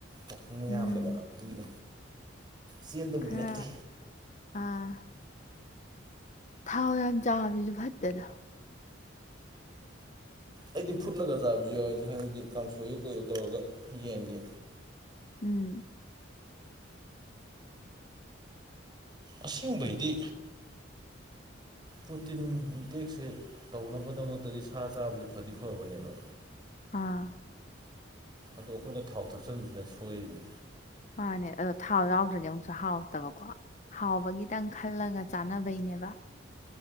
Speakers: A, on the right; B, on the left.
A: ꯋꯥꯀꯤꯡꯅ
B: ꯎꯝ
A: ꯌꯥꯝꯗꯕ ꯑꯗꯨꯒꯤꯅꯦ ꯆꯦꯟꯗꯕꯗꯤ
B: ꯈꯔ
A: ꯅꯠꯇꯦ
B: ꯑꯥ ꯊꯥꯎ ꯌꯥꯝ ꯆꯥꯕꯖꯨ ꯐꯠꯇꯦꯗ
A: ꯑꯩꯗꯤ ꯐꯨꯠꯂꯒ ꯆꯥꯕꯁꯨ ꯌꯥꯎꯋꯦꯗ ꯍꯥꯏꯕꯗꯤ ꯀꯥꯡꯁꯣꯏꯌꯨ ꯀꯩꯌꯨ ꯇꯧꯔꯒ ꯌꯦꯟꯒꯤ
B: ꯎꯝ
A: ꯑꯁꯦꯡꯕꯩꯗꯤ
B: <unintelligible> <inaudible>
A: ꯄ꯭ꯔꯣꯇꯤꯟ ꯏꯟꯇꯦꯛꯁꯦ ꯇꯧꯅꯕꯗꯃꯛꯇꯗꯤ ꯁꯥ ꯆꯥꯕꯁꯦ ꯐꯗꯤ ꯐꯕꯅꯦꯕ
B: ꯑꯥ
A: ꯑꯗꯣ ꯑꯩꯈꯣꯏꯅ ꯊꯥꯎ ꯊꯛꯆꯟꯕꯁꯤꯅ ꯁꯣꯏꯔꯤꯅꯤ
B: ꯃꯥꯅꯦ ꯑꯗꯣ ꯊꯥꯎ ꯌꯥꯎꯗ꯭ꯔꯗꯤ ꯑꯃꯨꯛꯁꯨ ꯍꯥꯎꯇꯕꯀꯣ ꯍꯥꯎꯕꯒꯤꯇꯪ ꯈꯜꯂꯒ ꯆꯥꯅꯕꯩꯅꯦꯕ